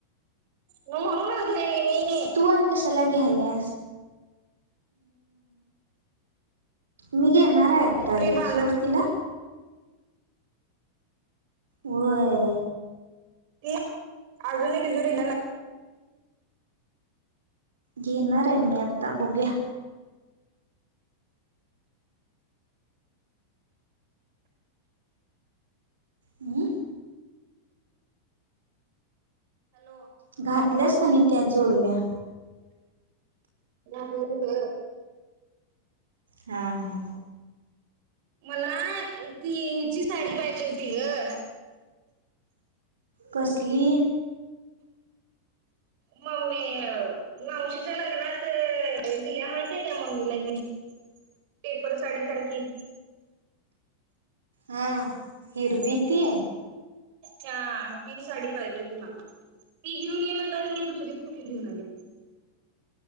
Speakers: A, on the right; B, on the right.
A: म्हणूनच घे नई मिनी.
B: तू आणि कशाला घेतल्यास. मी घेणाऱ्या
A: अजून
B: आता
A: तिजोरी
B: एक
A: बांधायला
B: सोड
A: लावली
B: तिला.
A: म्हणून
B: होई
A: ते अर्जून कि जुरी गाला
B: घे नार आहे मी आता बघूया. हम्
A: हॅलो
B: घातल्यास का नाही त्या जोडव्या?
A: नाही ग!
B: हा हा
A: मला ती हीची साडी पाहिजे होती ग!
B: कसली?
A: ममेव मावशीच्या लग्नात दिल्या म्हणते त्या मम्मीला ती पेपर साडी सारखी
B: हां हिरवीती?
A: छान ती साडी पाहिजे होती मला. <unintelligible>